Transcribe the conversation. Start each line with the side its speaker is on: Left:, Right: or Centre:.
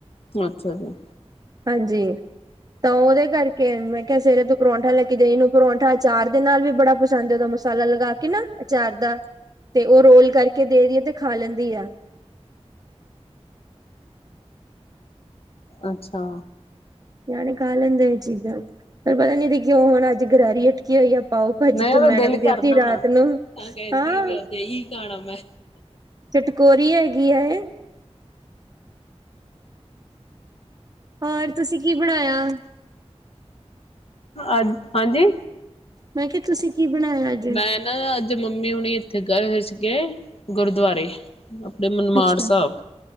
Left: ਅੱਛਾ ਜੀ।
Right: ਹਾਂਜੀ, ਤਾਂ ਉਹਦੇ ਕਰਕੇ ਮੈਂ ਕਿਆ ਸਵੇਰੇ ਤੂੰ ਪਰੌਂਠਾ ਲੈ ਕੇ ਜਾਈ। ਇਹਨੂੰ ਪਰੌਂਠਾ ਚਾਰ ਦੇ ਨਾਲ ਵੀ ਬੜਾ ਪਸੰਦ ਹੈ। ਉਹਦਾ ਮਸਾਲਾ ਲਗਾ ਕੇ ਨਾ ਅਚਾਰ ਦਾ ਤੇ ਉਹ ਰੋਲ ਕਰਕੇ ਦੇ ਦੀਆ ਤੇ ਖਾ ਲੈਂਦੀ ਆ।
Left: ਅੱਛਾ।
Right: ਨਿਆਣੇ ਖਾ ਲੈਂਦੇ ਨੇ ਚੀਜ਼ਾਂ ਤੇ ਪਤਾ ਨੀ ਕਿਉਂ ਹੋਣ ਅੱਜ ਗਰਰੀ ਹ ਕੀਆ ਪਾਓ ਭਾਜੀ
Left: ਨਹੀਂ
Right: ਤੇ
Left: ਉਹਦਾ
Right: ਮੈਡਮ
Left: ਦਿਲ
Right: ਦੀ
Left: ਕਰਦਾ
Right: ਅੱਧੀ
Left: ਹੋਣਾ
Right: ਰਾਤ
Left: ਨਾ
Right: ਨੂੰ
Left: ਤਾਂ ਕਹਿੰਦੀ
Right: ਹਾਂ।
Left: ਵੀ ਅੱਜ ਇਹੀ ਖਾਣਾ ਮੈਂ
Right: ਚਟਕੋਰੀ ਹੈਗੀ ਆ ਏ ਹੋਰ ਤੁਸੀਂ ਕੀ ਬਣਾਇਆਂ?
Left: ਅੱਜ ਹਾਂਜੀ।
Right: ਮੈਂ ਕਿਆ ਤੁਸੀਂ ਕੀ ਬਣਾਇਆ? ਅੱਜ
Left: ਮੈਂ ਨਾ ਅੱਜ ਮੰਮੀ ਹੁਣੀ ਇੱਥੇ ਗਏ ਹੋਏ ਸੀਗੇ ਗੁਰਦੁਆਰੇ ਆਪਣੇ ਮਨਮਾਡ
Right: ਅੱਛਾ
Left: ਸਾਹਬ